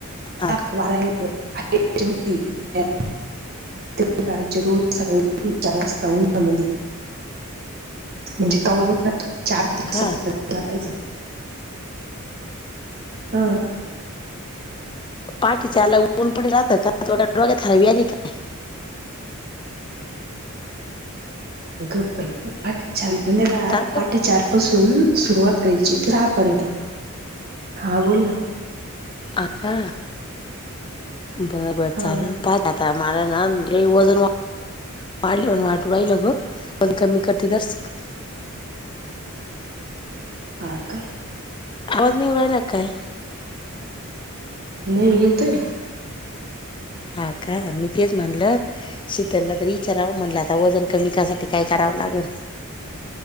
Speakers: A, on the left (about 20°); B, on the right (about 45°).
A: हा
B: <unintelligible> ते करायचे, रोज सकाळी चार वास्ता उनामदी म्हणजे करनात चार ते
A: का
B: सररायचं <unintelligible> हा.
A: पाहाटे चारला उन पडलं होतं का? थोडं डोक्यात हळवी आली काय.
B: गप बाई,,, पहाटे चारला नै राहत,
A: का
B: पहाटे चार पासून. हम्म,, सुरुवात करायची राहा पर्यंत,, हा बोल ना.
A: आता बर बर
B: हा
A: चालल, पात आता माझं ना लई वजन वा वाढल्यावाणी वाटू रायलं गं, वजन कमी करते जरसं
B: हा का.
A: आवाज नाही येऊ रायला का काय?
B: नाही येतोय.
A: हा का, मी तेच म्हणलं, शी तलला तर विचारावं म्हणलं आता वजन कमी कराय साठी काय करावं लागल.